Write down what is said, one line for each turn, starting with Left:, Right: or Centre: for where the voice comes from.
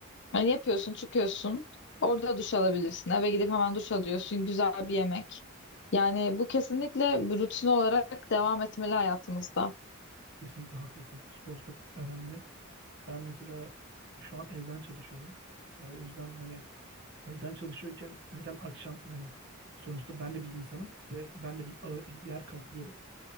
Left: yani yapıyorsun, çıkıyorsun. Orada duş alabilirsin. Eve gidip hemen duş alıyorsun. Güzel bir yemek. Yani bu kesinlikle bir rutin olarak devam etmeli hayatımızda.
Right: Kesinlikle haklısın. Spor çok önemli. Ben mesela şu an evden çalışıyorum. E, o yüzden hani evden çalışıyorken neden akşam hani sonuçta ben de bir insanım ve ben de bir ağır- yer kaplıyorum.